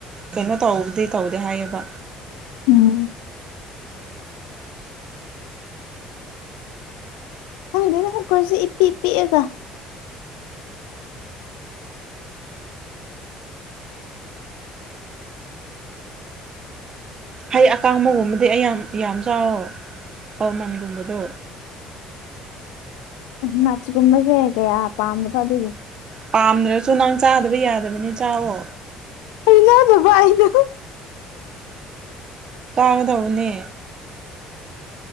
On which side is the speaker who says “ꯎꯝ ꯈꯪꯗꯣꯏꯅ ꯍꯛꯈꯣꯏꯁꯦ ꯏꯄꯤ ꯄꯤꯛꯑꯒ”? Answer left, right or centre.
Left